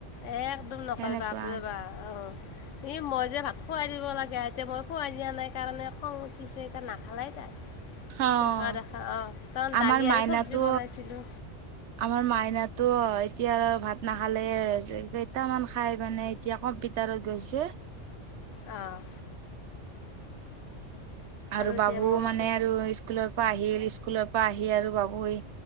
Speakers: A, on the left (about 80°); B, on the right (about 70°).
A: এ একদম নকৰেবা
B: সেনেকুৱা,
A: নকৰে বাপৰে বাপ। ই মই যে ভাত খোৱাই দিব লাগে, এতিয়া মই খোৱাই দিয়া নাই কাৰণে খং উঠিছে এটিয়া নাখালেই তাই।
B: অ',
A: নহা দেখা অ', তাৰন
B: আমাৰ
A: দালি
B: মাইনাটো
A: আৰু চব্জি বনাইছিলো।
B: আমাৰ মাইনাতো এতিয়া ভাত নাখালে জে-কেইটামান খাই মানে এতিয়া কম্পিউটাৰত গৈছে
A: অ'।
B: আৰু বাবু
A: এতিয়া মই কৈছোঁ
B: মানে আৰু স্কুলৰ পৰা আহিল স্কুলৰ পা আহি আৰু বাবু এই,